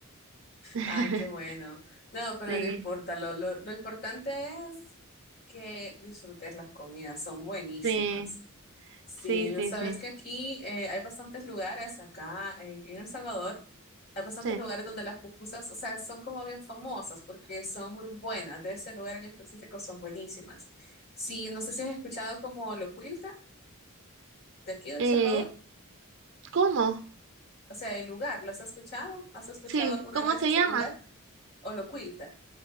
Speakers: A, on the right (about 60°); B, on the left (about 50°).
A: <laughs>
B: Ay, qué bueno. No, pero
A: Sí,
B: no importa. Lo, lo, lo importante es que disfrutes las comidas. Son buenísimas.
A: sí,
B: Sí,
A: sí,
B: no
A: sí,
B: sabes
A: sí,
B: que aquí eh, hay bastantes lugares acá eh, en El Salvador, hay bastantes
A: sí.
B: lugares donde las pupusas, o sea, son como bien famosas porque son muy buenas, de ese lugar en específico son buenísimas. Sí, no sé si has escuchado como Locuilta de aquí de El
A: Eh,
B: Salvador,
A: ¿cómo?
B: o sea, el lugar, ¿las has escuchado? ¿Has escuchado
A: Sí,
B: alguna
A: ¿cómo
B: vez
A: se
B: ese
A: llama?
B: lugar? O Locuilta.